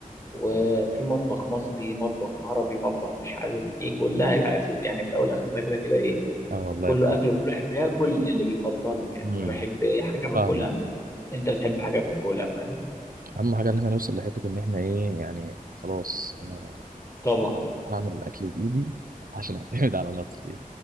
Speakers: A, on the left; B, on the right.
A: وفي مطبخ مصري مطبخ عربي مطبخ مش عارف ايه كلها اكل يعني في الاول والاخر ده كده كده ايه
B: اه والله
A: كله
B: بجد
A: اكل وكل واحد بياكل اللي بيفضله يعني
B: امم
A: انا بحب حاجه باكلها
B: فاهمك
A: انت بتحب حاجه بتاكلها فاهم
B: أهم حاجة إن احنا نوصل لحتة إن احنا إيه يعني خلاص أنا
A: طبعا
B: هعمل الأكل بإيدي عشان أعتمد على نفسي